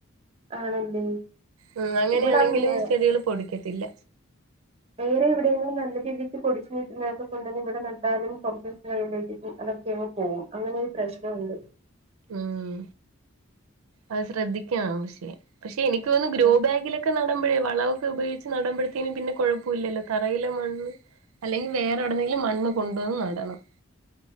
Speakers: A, on the right (about 30°); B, on the right (about 85°).
A: ആണല്ലേ
B: ഉ അങ്ങനെയാണെങ്കിലും
A: ഇവിടെ അങ്ങനെയാ
B: ചെടികൾ പൊടിക്കട്ടെ ഇല്ല
A: വേറെ എവിടെയെങ്കിലും നല്ല രീതിക്ക് പൊടിിച്ചു നീക്കുന്നതൊക്കെ കൊണ്ടു തന്നെ ഇവിടെ നണ്ടാലും കുറച്ച് ദിവസം കഴിയുമ്പോഴേും അതൊക്കെ അങ്ങ് പോകും അങ്ങനെ ഒരു പ്രശ്നംുണ്ട്
B: ഉം അത് ശ്രദ്ധിക്കാം പക്ഷേ പക്ഷെ എനിക്ക്ോന്ന ഗ്രോ
A: ആഹ്
B: ബാഗിലൊക്കെ നടമ്പഴേ വളവൊക്കെ ഉപയോഗിച്ച് നടമ്പഴത്തേന് പിന്നെ കുഴപ്പമില്ലല്ലോ തറയിലെ മണ്ണ് അല്ലെങ്കിൽ വേറെടുന്നെങ്കിലും മണ്ണ് കൊണ്ടുവന്ന് നടണം